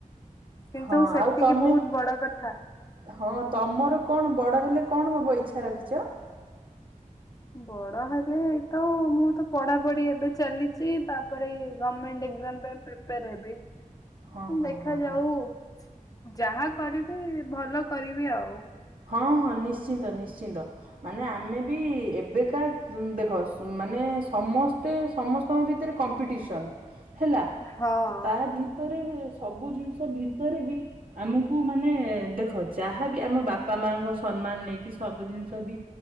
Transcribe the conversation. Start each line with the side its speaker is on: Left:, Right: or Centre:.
Left: କିନ୍ତୁ
Right: ହଁ
Left: ସେତିକି
Right: ଆଉ ତମେ
Left: ବୋହୁତ ବଡ କଥା।
Right: ହଁ ତମର କଣ ବଡ ହେଲେ କଣ ହବ ଇଚ୍ଛା ରଖିଚ?
Left: ବଡ ହେଲେ ଏଇତ ମୁଁ ତ ପଢାପଢି ଏବେ ଚାଲିଚି ତାପରେ ଏଇ ଗମେଣ୍ଟ ଏକ୍ସାମ୍ ପାଇଁ ପ୍ରିପେଆର୍ ହେବି।
Right: ହଁ ହଁ
Left: ଦେଖାଯାଉ
Right: ହଁ ହଁ
Left: ଯାହା କରିବି ଭଲ କରିବି ଆଉ।
Right: ହଁ ହଁ ନିଶ୍ଚିନ୍ତ ନିଶ୍ଚିନ୍ତ। ମାନେ ଆମେ ବି ଏବେକା ଦେଖ ସ ମାନେ ସମସ୍ତେ ସମସ୍ତଙ୍କ ଭି ତେରେ କମ୍ପିଡିସନ୍ ହେଲା
Left: ହଁ।
Right: ତ ତା ଭିତରେ ସବୁ ଜିନିଷ ଭିତରେ ବି ଆମୁକୁ ମାନେ ଦେଖ ଯାହାବି ଆମ ବା ପା ମାଆଙ୍କ ସମ୍ମାନ ନେଇକି ସବୁ ଜିନିଷ ବି